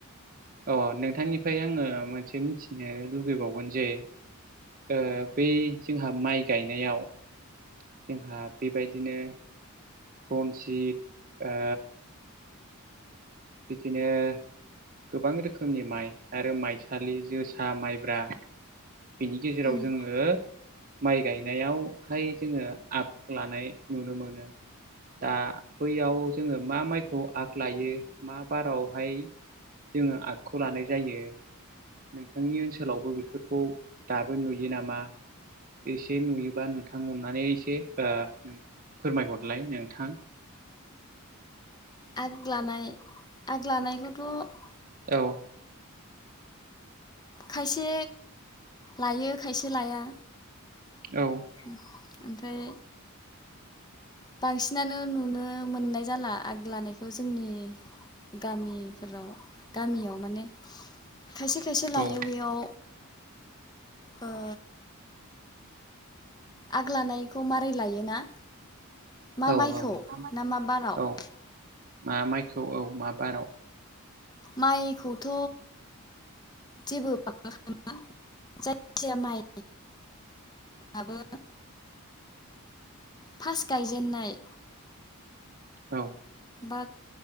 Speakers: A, on the right; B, on the left.
A: अ नोंथांनिफ्राय आङो मोनसे मिथिनो लुगैबावगोन जे- आ बै जोंहा माइ गायनायाव जोंहा बेबायदिनो रनजित ओ बिदिनो गोबां रोखोमनि माइ आरो माइसालि जोसा माइब्रा बिनि गेजेराव
B: उम
A: जोङो माइ गायनायावहाय जोङो आग लानाय नुनो मोनो दा बैयाव जोङो मा माइखौ आग लायो। मा बारावहाय जोङो आगखौ लानाय जायो। नोंथांनि ओनसोलावबो बेफोरखौ दाबो नुयो नामा? एसे नुयोबा नोंथां अननानै एसे आ फोरमायहरलाय नोंथां।
B: आग लानाय आग लानायखौथ'
A: औ
B: खायसे लायो खायसे लाया
A: औ
B: ओमफ्राय बांसिनानो नुनो मोननाय जाला आग लानायखौ जोंनि गामिफोराव गामियाव माने खायसे खायसे लायो
A: औ
B: बेयाव ओ आग लानायखौ मारै लायोना मा
A: औ
B: माइखौ
A: औ नोंथां
B: ना मा बाराव
A: औ मा माइखौ औ मा बाराव
B: माइखौथ' जेबो माबा खालामा जायखिजाया माइ आबो फास गायजेनन्नाय
A: औ
B: बा